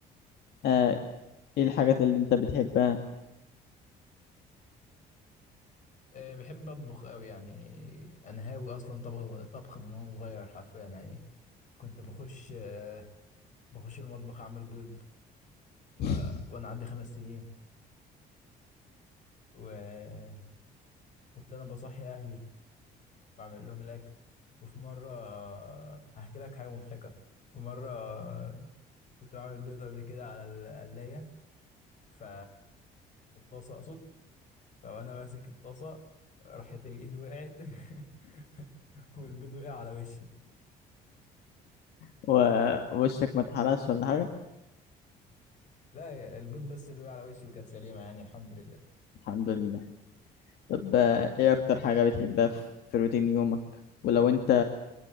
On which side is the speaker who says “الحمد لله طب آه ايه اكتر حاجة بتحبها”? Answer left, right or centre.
Left